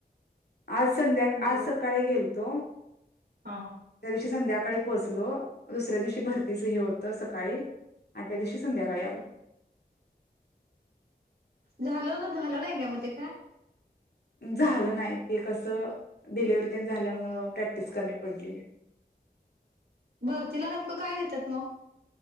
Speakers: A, on the left; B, on the right.
A: आज संध्या,
B: बिगर
A: आज सकाळी गेल तों त्यादिवशी
B: हा
A: संध्याकाळी पोहोचलो. दुसऱ्या दिवशी भरतीच हे हो त सकाळी आणि त्यादिवशी संध्याकाळी आलो.
B: झाल <unintelligible> झालं नइ काय म ते काय?
A: झालं नाय ते कसं डिलीवरीतेन झाल्यामुळं प्रॅक्टिस कमी पडली.
B: भरतीला नेमकं काय घेत्यात म?